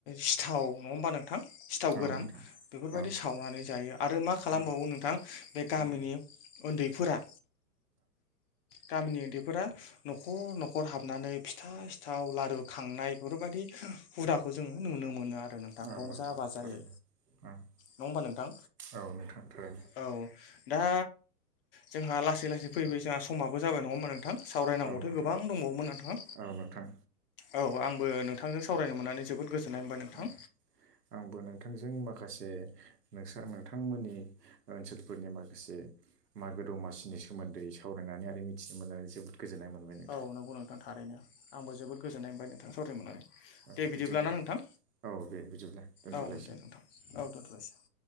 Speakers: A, on the left (about 35°); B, on the right (about 80°).
A: सिथाव नङा होमबा नोंथां सिथाव
B: औ
A: गोरान
B: नोंथां
A: बेफोरबायदि
B: औ
A: सावनानै जायो आरो मा खालामबावो
B: औ
A: नोंथां बे गामिनि
B: औ
A: उन्दै फोरा गामिनि उन्दैफोरा न'खर न'खर हाबनानै फिथा सिथाव लारु खांनाय बेफोरबायदि हुदाखौ जोङो नुनो मोनो आरो नोंथां
B: औ
A: रंजा बाजायै
B: औ थारैनो औ
A: नङा होमबा नोंथां
B: औ नोंथां थारैनो
A: औ दा जोंहा लासै लासै फैबाय जोंहा समाबो जाबाय नङा होमबा नोंथां सावरायनांगौथ'
B: औ नोंथां
A: गोबां दंबावोमोन नोंथाङा
B: औ नोंथां
A: औ आंबो नोंथांजों सावरायनो मोननानै जोबोद गोजोननाय मोनबाय नोंथां
B: उम आंबो नोंथांजों माखासे नोंसा नोंथांमोननि ओनसोलफोरनि माखासे मा गो दमासिनि सोमोन्दै सावरायनानै आरो मिथिनो मोननानै जोबोद गोजोननाय मोनबाय नोंथां
A: औ नंगौ नोंथां थारैनो आंबो जोबोद गोजोन्नाय मोनबाय नोंथां सावरायनो मोननानै
B: औ
A: दे
B: बिदिब्ला
A: बिदिब्लाना नोंथां
B: औ दे बिदिब्ला दोनथ'लायसै
A: औ दे नोंथां औ दोनथ'लायसै